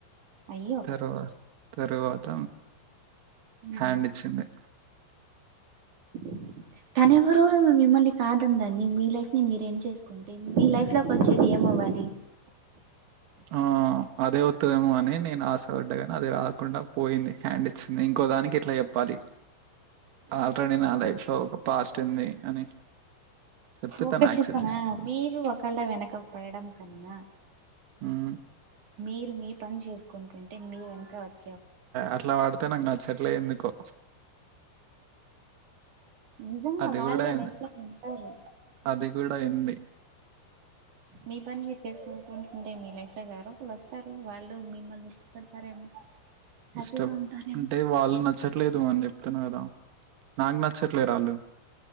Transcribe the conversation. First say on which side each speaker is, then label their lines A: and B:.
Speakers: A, on the right (about 45°); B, on the right (about 75°).
A: అయ్యో
B: తర్వాత తరువాత
A: మ్,
B: హ్యాండ్ ఇచ్చింది.
A: <inaudible> తనెవరో మిమ్మల్ని కాదనిందాన్ని మీ లైఫ్ ని మీరేం చేసుకుంటే మీ లైఫ్ లోకి వచ్చేది ఏం ఏమవ్వాలి <inaudible>
B: ఆ అదే వస్తుందేమోనని అని నేను ఆశపడ్డగాని అది రాకుండా పోయింది హ్యాండ్ ఇచ్చింది ఇంకో దానికి ఇట్లా చెప్పాలి. ఆల్రెడీ నా లైఫ్ లో ఒక పాస్ట్ ఉంది అని. చెప్తే
A: ఒకటి
B: తను యాక్సెప్ట్
A: చెప్పనా
B: చేస్తది.
A: మీరు ఒకళ్ల వెనక పడడం కన్నా
B: మ్
A: మీరు మీ పని చేసుకుంటుంటే మీ వెనుక వచ్చ
B: అట్లా పడితే నాకు నచ్చట్లే ఎందుకో
A: నిజంగా
B: అది
A: వాళ్ళే
B: కూడా అయింది
A: లైఫ్ లో ఉంటారు
B: అది కూడా అయింది.
A: మీ పని మీరు చేసుకుంటె అంటే మీ లైఫ్ లో ఎవరో ఒకళ్ వస్తారు. వాళ్ళు మిమ్మల్ని ఇష్టపడతారేమో. హ్యాపీగా
B: ఇష్టం
A: ఉంటారేమో
B: అంటే వాళ్ళు నచ్చట్లేదు అని చెప్పి చెప్పినాను కదా నాకు నచ్చట్లేరు వాళ్ళు